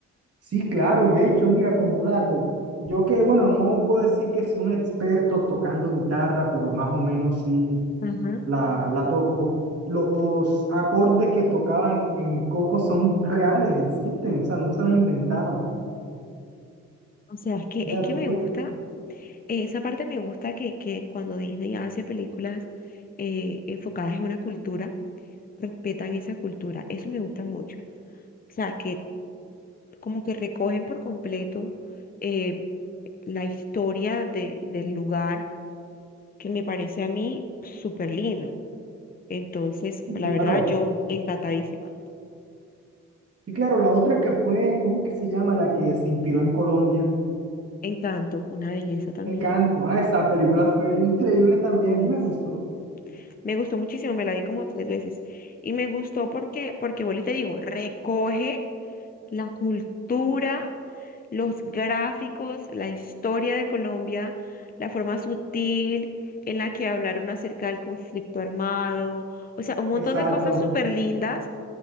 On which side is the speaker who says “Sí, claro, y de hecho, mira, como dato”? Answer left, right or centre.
Right